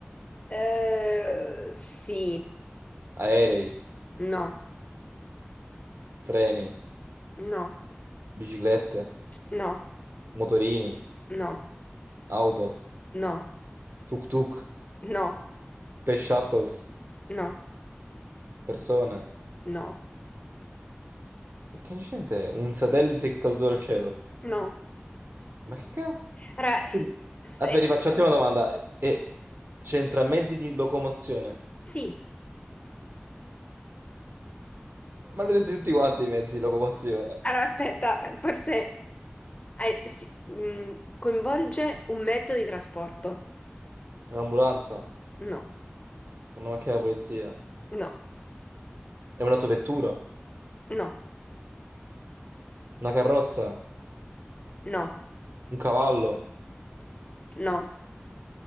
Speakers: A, on the left; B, on the right.
A: Eh, sì,
B: aerei,
A: no,
B: treni,
A: no,
B: biciclette,
A: no,
B: motorini,
A: no,
B: auto,
A: no,
B: tuk-tuk,
A: no,
B: space shuttles,
A: no,
B: persone.
A: no,
B: E che incidente è? Un satellite che è caduto dal cielo.
A: no.
B: Ma che cavolo?
A: Allora,
B: Quindi-
A: eh, s-
B: Aspetta,
A: eh,
B: facciate una domanda. E c'entra mezzi di locomozione?
A: sì.
B: Ma li ho detti tutti quanti i mezzi di locomozione.
A: Allora, aspetta, forse eh, sì, mm, coinvolge un mezzo di trasporto.
B: Un'ambulanza,
A: No,
B: una macchina da polizia,
A: no,
B: è un'autovettura,
A: no,
B: una carrozza.
A: no,
B: Un cavallo?
A: no,